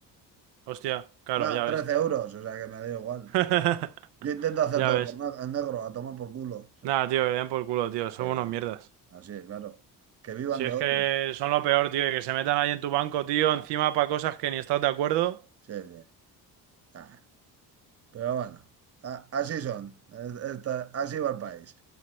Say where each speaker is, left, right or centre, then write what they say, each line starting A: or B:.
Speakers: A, on the right; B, on the right.
A: Hostia, claro,
B: Nada,
A: ya
B: 13
A: ves.
B: euros, o sea que me da igual.
A: <laughs>
B: Yo intento hacer
A: Ya
B: todo
A: ves.
B: por na- en negro, a tomar por culo.
A: Nada, tío, que le den por culo, tío, son
B: Eh,
A: unos mierdas.
B: así, claro. Que vivan
A: Si
B: de
A: es
B: otro.
A: que son lo peor, tío, y que se metan ahí en tu banco, tío,
B: Ah,
A: encima para cosas que ni estás de acuerdo.
B: sí, sí. Ah, pero bueno, a- así son. Es- esta- así va el país.